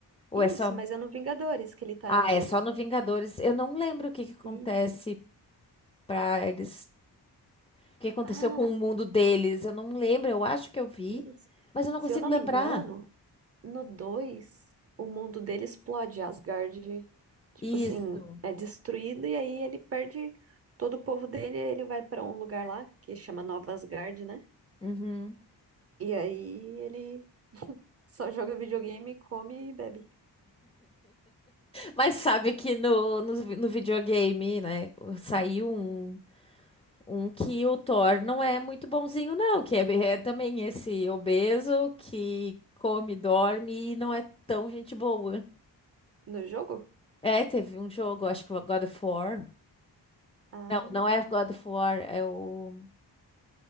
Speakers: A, on the left (about 15°); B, on the right (about 35°).
A: Ou
B: Isso,
A: é só.
B: mas é no Vingadores que ele tá
A: Ah,
B: obeso.
A: é só no Vingadores. Eu não lembro o que que acontece
B: Isso.
A: pra eles. O que aconteceu
B: Ah,
A: com o mundo deles. Eu não lembro, eu acho que eu vi,
B: isso.
A: mas eu não
B: Se
A: consigo
B: eu não
A: lembrar.
B: me engano, No 2, o mundo dele explode, Asgard, tipo
A: Isso.
B: assim, é destruído e aí ele perde todo o povo dele, e aí ele vai pra um lugar lá que chama Nova Asgard, né?
A: Uhum.
B: E aí ele só joga videogame, come e bebe.
A: Mas sabe que no, no, no videogame, né? Saiu um. Um que o Thor não é muito bonzinho, não, que é, é também esse obeso que come, dorme e não é tão gente boa.
B: No jogo?
A: É, teve um jogo, acho que o God of War.
B: Ah,
A: Não, não é God of War, é o.